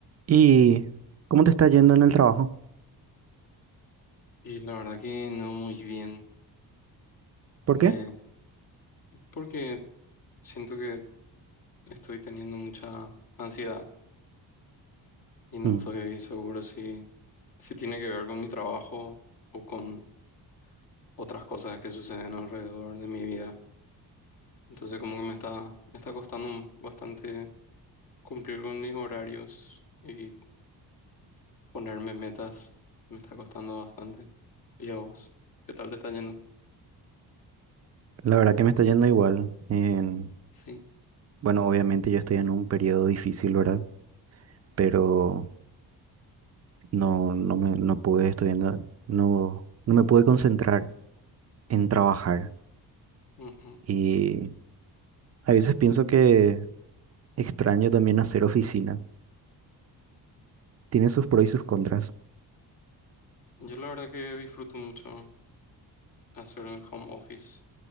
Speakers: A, on the right; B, on the left.
A: ¿Y cómo te está yendo en el trabajo?
B: Y la verdad que no muy bien.
A: ¿Por
B: Me,
A: qué?
B: porque siento que estoy teniendo mucha ansiedad y no
A: Mm,
B: estoy seguro si, si tiene que ver con mi trabajo o con otras cosas que suceden alrededor de mi vida. Entonces como que me está, me está costando un- bastante cumplir con mis horarios y ponerme metas. Me está costando bastante. ¿Y a vos? ¿Qué tal te está yendo?
A: La verdad que me está yendo igual. en-
B: Sí.
A: bueno, obviamente yo estoy en un periodo difícil, ¿verdad? Pero no, no me, no pude estudiando, no, no me pude concentrar en trabajar.
B: ujú.
A: Y a veces pienso que extraño también hacer oficina. Tiene sus pros y sus contras.
B: Yo la verdad que disfruto mucho hacer el home office.